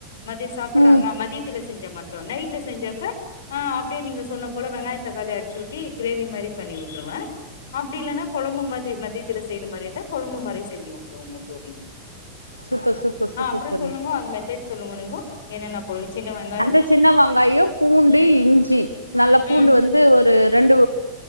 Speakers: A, on the left; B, on the left.
A: மதிய சாப்பட்றாங்களா
B: ம்
A: மதியத்துல செஞ்ச மட் நைட்ல செஞ்சாக்கா ஆ அப்டே நீங்க சொன்ன போல வெங்காய தக்காளி அட்ச்சு ஊத் தி கிரேவி மாரி பண்ணி உட்ருவ அப்டி இல்லனா கொழம்பு மாதி மதியத்துல செய்ற மாரி இந்தா கொழம்பு மாரி செய்விங்கோ ரொம்ப தோழி
B: சூப்பர் சூப்பர் சூப்பர்
A: ஆஹ் அப்றோ
B: தோழி
A: சொல்லுங்க அது தேட் சொல்லுங்க நீங்கோ என்னென்ன போடுவீ சின்ன வெங்காயோ
B: அந்த சின்ன வங்காயோ பூண்டு இஞ்சி நல்ல
A: ம்
B: பூண்டு வந்து ஒரு ரெண்டு